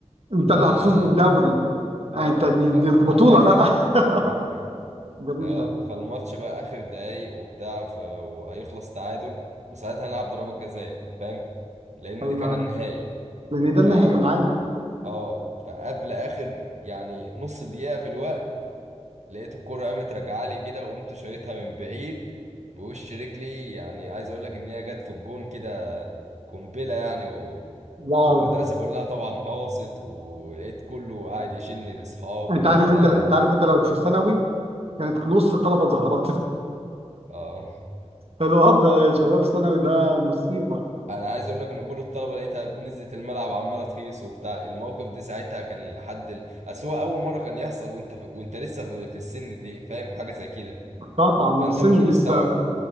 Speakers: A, on the right (about 60°); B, on the right (about 80°).
A: انت
B: فا
A: اللي هتفوز بالدوري
B: آه
A: آه، انت دي,
B: ف...
A: دي البطوله
B: فآخر
A: بقى <laughs>
B: <laughs>
A: جميله
B: اه فالماتش بقى اخر دقايق وبتاع ف... وهيخلص تعادل وساعتها هنلعب ضربات جزاء فاهم لان
A: ايوه
B: دي كان النهائي
A: ايوه لان ده النهائي
B: ف
A: انا عارف
B: اه فقبل اخر يعني نص دقيقة في الوقت لقيت الكرة قامت راجعة لي كده وقمت شايطها من بعيد بوش رجلي يعني عايز اقول لك ان هي جت في الجون كده قنبلة يعني و...
A: واو
B: والمدرسة كلها طبعا هاصت ولقيت كله قاعد يشني لاصحابي
A: انت
B: وبتاع
A: عارف انت انت عارف انت لو في ثانوي كانت نص الطلبه اتزغرت <laughs>
B: اه
A: الوضع يا شباب ثانوي ده مصيبه
B: انا عايز اقول لك ان كل الطلبه لقيتها نزلت الملعب عماله تخيص وبتاع الموقف دي ساعتها كان لحد ال... اصل هو اول مره كان يحصل وانت في... وانت لسه في... في السن دي فاهم حاجه زي كده
A: طبعا
B: فانت
A: السن
B: مش مستوعب
A: لسه